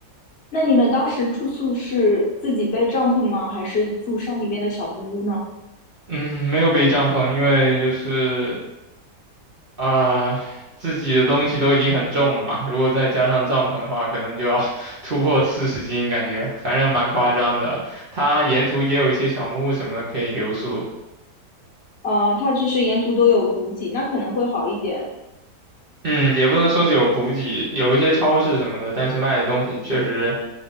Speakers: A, on the left; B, on the right.
A: 那你们当时住宿是自己背帐篷吗？还是住山里面的小木屋呢？
B: 嗯，没有背帐篷，因为就是啊、自己的东西都已经很重了嘛，如果再加上帐篷的话，可能就要 <laughs> 突破四十斤，感觉反正蛮夸张的。它沿途也有一些小木屋什么的可以留宿，
A: 呃，它就是沿途都有补给，那可能会好一点。
B: 嗯，也不能说是有补给，有一些超市什么的，但是卖的东西确实，